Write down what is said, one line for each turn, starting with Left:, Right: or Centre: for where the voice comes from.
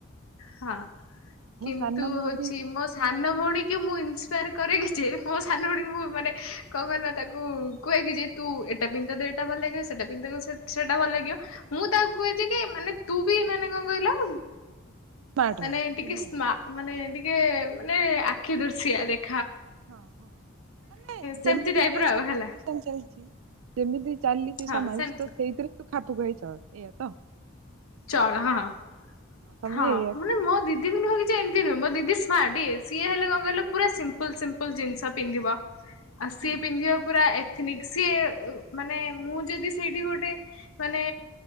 Left: ହଁ କିନ୍ତୁ
Right: ସାନ ଭଉଣୀ
Left: ହଉଛି ମୋ ସାନ ଭଉଣୀ କି ମୁଁ ଇରେ କି ଯେ ମୋ ସାନ ଭଣ ମୁଁ ମାନେ କଣ କହିଲ ତାକୁ କୁହେ କି ଯେ ତୁ ଏଟା ପିନ୍ଧୁ ଏଟା ଭଲ ଲାଗିବ ସେଟା ପିନ୍ଧ ସେଟା ଭଲ ଲାଗିବ ମୁଁ ତାକୁ କୁହେ କି ମାନେ ତୁ ବି ମାନେ କଣ କହିଲ।
Right: ସ୍ମାର୍ଟ
Left: ମାନେ ଟିକେ
Right: ଦୁନିଆ
Left: ସ୍
Right: ଦେଖି
Left: ମାନେ ଟିକେ
Right: ହଁ
Left: ମାନେ କି ଦର୍ଶସିଆ ଦେଖ
Right: ହଁ ହ ନଁ
Left: ସେମିତି
Right: ଯେମିତି ଚାଲିଛି।
Left: ଟାଇପ ର ଆଉ ହେଲା
Right: କେମିତି ଚାଲିଛି
Left: ହଁ
Right: ସମାଜ
Left: ସେମିତି।
Right: ତ ସେଇଥିରେ ଖାପୁ ଖାଇ ଚ ଏଇ ଆ ତ
Left: ଚଳ
Right: ଆଁ
Left: ହଁ।
Right: ତମେ
Left: ହଁ
Right: ଏଇଆ
Left: ମାନେ ମୋ ଦିଦି ବୋଲି ଭାବିଛି ଏମିତି ନୁହଁ ମୋ ଦିଦି ସ୍ମାର୍ଟ
Right: ହଁ
Left: ସିଏ ହେଲେ କଣ ପା ସିମ୍ପଲ ସିମ୍ପଲ ଜିନିଷ ପିନ୍ଧିବା। ଆଉ ସିଏ
Right: ହୁଁ
Left: ପିନ୍ଧିବା ପୁରା ଏ ସି ମାନେ ମୁଁ ଯଦି ସେଇଠି ଗୋଟେ ମାନେ